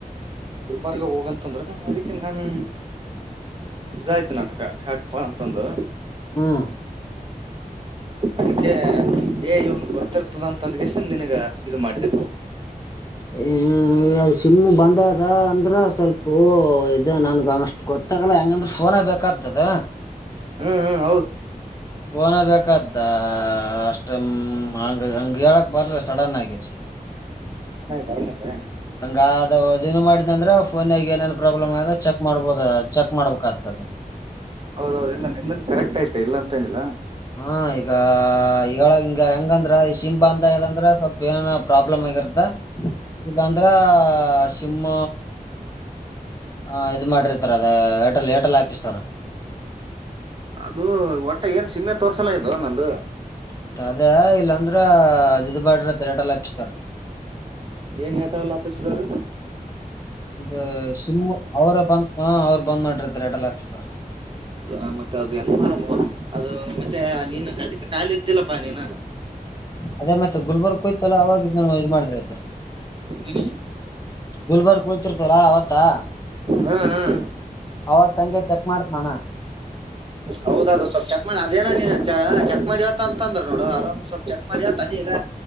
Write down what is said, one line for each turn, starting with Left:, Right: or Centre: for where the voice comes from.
Right: ಗುಲ್ಬರ್ಗ ಹೋಗಂತಂದ್ರ ಅದಕ್ಕನ್ ನಾನು ಇದಾಯ್ತ ನನಗ ಹ್ಯಾಕಪ್ಪಾ ಅಂತಂದು.
Left: ಹ್ಮ್ <inaudible>
Right: ಅದಕ್ಕೆ ಏ ಇವನ್ ಗೊತ್ತಿರ್ತದ ಅಂದ ಕಿಸಿಂದ ನಿನಗ ಇದ ಮಾಡಿದ.
Left: ಹ್ಮ್ಮ್ ಅದ ಸುಮ್ಮ ಬಂದ ಅದ ಅಂದ್ರ. ಸ್ವಲ್ಪ ಪು ಇದು ನನ್ಗ ಅಂಗಷ್ಟು ಗೊತ್ತಾಗಲ್ಲ ಹೆಂಗಂದ್ರ ಫೋನ್ ನ ಬೇಕಾಗ್ತದ.
Right: ಹ್ಮ ಹ.
Left: ಪೋನ್ ನ ಬೇಕ್ದ ಅಷ್ಟ ಹ್ಮ್ಮ್ ಹಂಗ ಹಂಗ ಹೇಳಕ್ ಬರ್ಲ ಸಡನ್ ಆಗಿ. <inaudible>
Right: ಬರಲ್ಲ ಅಂದ.
Left: ಹಂಗ ಆದ ದೊ ಅದ ಇದು ಮಾಡಿದ ಅಂದ್ರ. ಫೋನ್ನ್ಯಾಗ ಏನೇನು ಪ್ರಾಬ್ಲಮ್ ಆದ ಚೆಕ್ ಮಾಡ್ಬೋದ ಚೆಕ್ ಮಾಡ್ಬೇಕಾಗ್ತದ.
Right: ಹೌದು ಹೌದು ಇಲ್ಲ ನಿನ್ನನ್ ಕರೆಕ್ಟ್ ಆಯ್ತೆಾ ಇಲ್ಲ ಅಂತ ಏನ ಇಲ್ಲ.
Left: ಹಾ ಈಗ <unintelligible> ಹಂಗ ಹೆಂಗಂದ್ರ ಈ ಶಿಮ್ ಅಂದ ಇದಂದ್ರ ಸ್ವಲ್ಪ ಏನೇನು ಪ್ರಾಬ್ಲಮ್. <unintelligible> ಇಲ್ಲಾಂದ್ರ ಶಿಮ್ಮ. ಹಾ ಇದು ಮಾಡ್ರಿತರ ಅದ ಏರ್ಟೆಲ್ ಏರ್ಟೆಲ್ ಆಫೀಸ್ ದವರ.
Right: ಅದು ಒಟ್ಟ ಏನ್ ಸಿಮ್ ಮೆ ತೋರ್ಸಲ ಅಗೆದೋ ನಂದು.
Left: ಮತ್ತ ಅದೇ ಇಲ್ಲಾಂದ್ರ ಅದ ಇದು ಬಾಡ್ರ ಅಂತ ಏರ್ಟೆಲ್ ಆಫೀಸ್ ದವರ.
Right: ಏನ್ ಏರ್ಟೆಲ್ ಅಪ್ಪಿಸಿದರು.
Left: ಇದು ಶಿಮು ಅವರು ಬಂದ್ ಹ ಅವ್ರು ಬಂದ್ ಮಾಡ್ರತಾರೆ ಏರ್ಟೆಲ್ ಆಫೀಸ್ ನವರ.
Right: ಹೌ ಮತ್ತ ಅದು ಹೆಂಗ ಮಾಡೊಮೊ ಅದು ಮತ್ತೆ ನೀನು ಅದಕ್ಕೆ ಖಾಲಿ ಇದ್ದಿಲ್ಲಪ್ಪ ನೀನ.
Left: ಅದೇ ಮತ್ತೆ ಗುಲ್ಬರ್ಗ್ ಕ ಹೋಯ್ತ ಅಲ್ಲ ಅವಾಗ ಇದ್ ಇದ್ ಮಾಡ್ರ ಆಯ್ತಾರಿ.
Right: ಏನ.
Left: ಗುಲ್ಬರ್ಗ ಕ ಹೋಗ್ತೀರ್ತಿವ ಅಲ್ಲ ಅವತ. ತಾ
Right: ಹಾ ಹಾ
Left: ಅವತ ಹಂಗೆ ಚೆಕ್ ಮಾಡ ತಾನ.
Right: ಹೌದ ಅದು ಸ್ವಲ್ ಚೆಕ್ ಮಾಡಿ ಅದೇನ ನೀ ಚೆಕ್ ಮಾಡಿವತ್ತ ಅಂತ ಅಂದ್ರ ನೋಡೊ ಅದೊಂದು ಸ್ವಲ್ಪ್ ಚೆಕ್ ಮಾಡ. ಅದ ಯಾವ ತಾನಿ ಈಗ